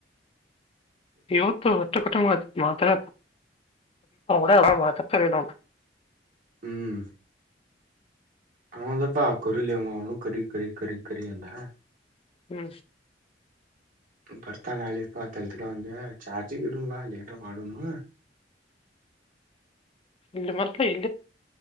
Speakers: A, on the left; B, on the right.
A: ಇವತ್ತು ಹೊಟ್ಟ ಕಟಂಗ ಮಾತ್ರ ಅ ಮಾತ್ರ ಚ
B: ಹ್ಮ್ ಆದ ಭಾ ಕೊರಿ ಲೇವ ನು ಕರಿ ಕರಿ ಕ ಕಿ ಆ ಹ
A: ಹ್ಮ್
B: ಭರ್ತಾ ನಾಳೆಪ್ಪ ತಳತಿಟ ಬಂದ ಚಾರ್ಜಿ ಇಡುಾ ಇಲ್ಲನ್ ಮಾಡೋಣ
A: ಇ ಮರ್ತ ಇೇ